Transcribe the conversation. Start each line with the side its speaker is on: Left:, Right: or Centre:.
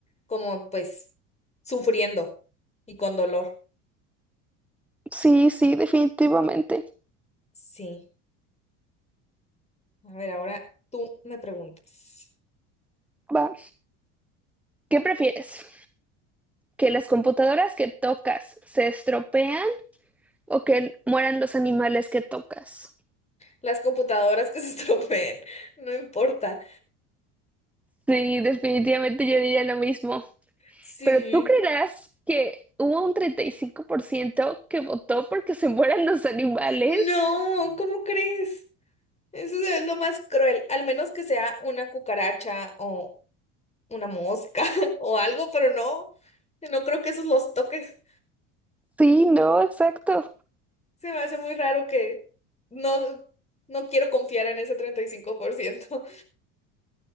Left: como pues sufriendo y con dolor.
Centre: Sí, sí, definitivamente.
Left: Sí, a ver, ahora tú me preguntas.
Centre: Va. ¿Qué prefieres? ¿Que las computadoras que tocas se estropean o que mueran los animales que tocas?
Left: Las computadoras que se <laughs> estropeen, no importa.
Centre: Sí, definitivamente yo diría lo mismo.
Left: Sí.
Centre: Pero tú creerás que hubo un 35% que votó porque se mueran los animales.
Left: No, ¿cómo crees? Eso es lo más cruel, al menos que sea una cucaracha o una mosca <laughs> o algo, pero no, no creo que esos los toques.
Centre: Sí, no, exacto.
Left: Se me hace muy raro que no, no quiero confiar en ese 35%.